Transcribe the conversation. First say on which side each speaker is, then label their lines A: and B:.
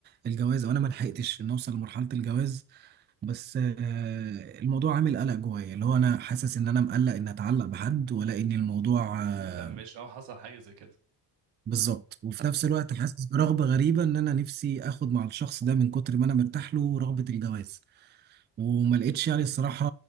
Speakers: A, on the right (about 25°); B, on the right (about 70°).
A: الجواز او انا ما لحقتش ان اوصل لمرحله الجواز بس آه الموضوع عامل قلق جوايا اللي هو انا حاسس ان انا مقلق ان اتعلق بحد ولا ان الموضوع آه
B: ما تمش او حصل حاجه زي كده
A: بالظبط وفي نفس الوقت حاسس برغبه غريبه ان انا نفسي اخد مع الشخص ده من كتر ما انا مرتاح له رغبه الجواز وما لقيتش يعني الصراحه